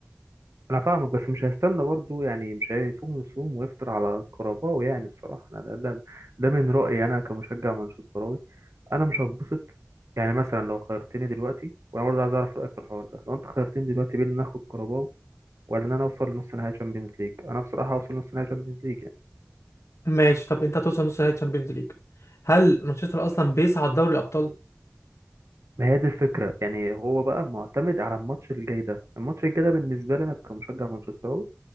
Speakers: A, on the right (about 85°); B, on the left (about 80°).
A: انا فاهمك بس مش هيستنى برضو يعني مش هيصوم يصوم ويفطر على الكرباو يعني بصراحه أنا ده, ده, ده من رايي انا كمشجع مانشستراوي انا مش هتبسط يعني مثلا لو خيرتني دلوقتي وانا برضو عايز اعرف رايك في الحوار ده لو انت خيرتني دلوقتي بين ان اخد كرباو ولا ان انا اوصل لنص نهائي تشامبيونز ليج انا بصراحه هوصل لنص نهائي تشامبيونز ليج
B: ماشي طب انت هتوصل نص نهائي تشامبيونز ليج هل مانشستر اصلا بيصعد دوري الابطال
A: ما هي دي الفكرة يعني هو بقى معتمد على الماتش الجاي ده الماتش الجاي ده بالنسبة لي أنا كمشجع مانشستراوي